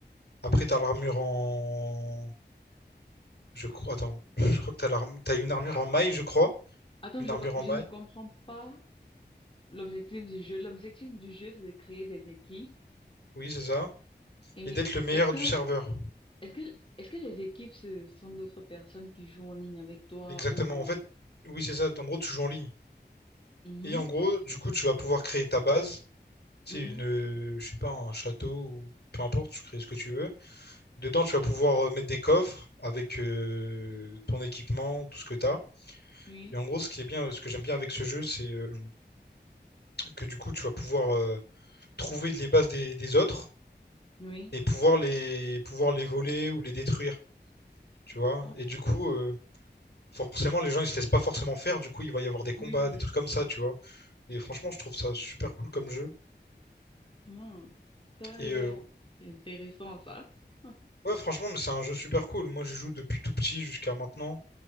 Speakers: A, on the left; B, on the left.
A: Après, t'as l'armure en je crois, attends, <laughs> je crois que t'as l'arm- t'as une armure en maille, je crois,
B: Attends,
A: une
B: je,
A: armure
B: co- je
A: en maille.
B: ne comprends pas l'objectif du jeu. L'objectif du jeu, c'est de créer des équipes.
A: Oui, c'est ça.
B: Et
A: Et d'être le meilleur
B: est-ce que,
A: du serveur.
B: est-ce que, est-ce que les équipes, ce sont d'autres personnes qui jouent en ligne avec toi
A: Exactement.
B: ou...
A: En fait, oui, c'est ça. En gros, tu joues en ligne.
B: Mhm,
A: Et en gros, du coup, tu vas pouvoir créer ta base. C'est
B: mhm,
A: une, euh, je sais pas, un château ou peu importe, tu crées ce que tu veux. Dedans, tu vas pouvoir euh, mettre des coffres avec euh, ton équipement, tout ce que tu as.
B: oui,
A: Et en gros, ce qui est bien, euh, ce que j'aime bien avec ce jeu, c'est euh, que du coup, tu vas pouvoir euh, trouver les bases des, des autres
B: oui.
A: et pouvoir les, pouvoir les voler ou les détruire, tu vois.
B: Oh,
A: Et du coup, euh, forcément, les gens, ils se laissent pas forcément faire. Du coup, il va y avoir
B: oui,
A: des combats,
B: oui.
A: des trucs comme ça, tu vois. Et franchement, je trouve ça super cool comme jeu.
B: Hmm, Ça
A: Et
B: a l'air
A: euh,
B: intéressant, ça. <laughs>
A: Ouais, franchement, mais c'est un jeu super cool. Moi, je joue depuis tout petit jusqu'à maintenant.